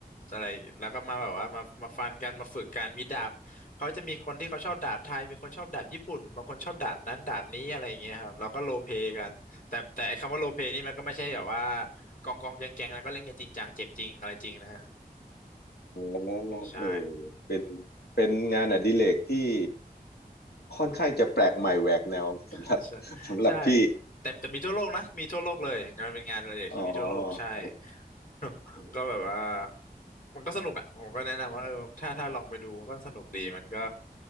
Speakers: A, on the left; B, on the left.
A: อะไรแล้วก็มาแบบว่ามามาฟันกันมาฝึกกันมีดาบเขาจะมีคนที่เขาชอบดาบไทยมีคนชอบดาบญี่ปุ่นบางคนชอบดาบนั้นดาบนี้อะไรอย่างเงี้ยครับเราก็โรลเพลย์กันแต่แต่ไอ้คำว่าโรลเพลย์นี่มันก็ไม่ใช่แบบว่ากองกองแกงแกงแล้วก็เล่นกันจริงจังเจ็บจริงอะไรจริงนะฮะ
B: อ๋อ
A: ใช่
B: เออเป็นเป็นงานอดิเรกที่ ค่อนข้างจะแปลกใหม่แหวกแนวสำหรับ
A: อ่าใช่ใช่
B: <laughs> สำหรับพี่
A: แต่แต่มีทั่วโลกนะมีทั่วโลกเลยงานเป็นงานอดิเรกที่มีทั่วโลกใช่
B: อ๋อโอ
A: <laughs>
B: เค
A: ก็แบบว่ามันก็สนุกอ่ะผมก็แนะนำว่าเออถ้าถ้าลองไปดูก็สนุกดีมันก็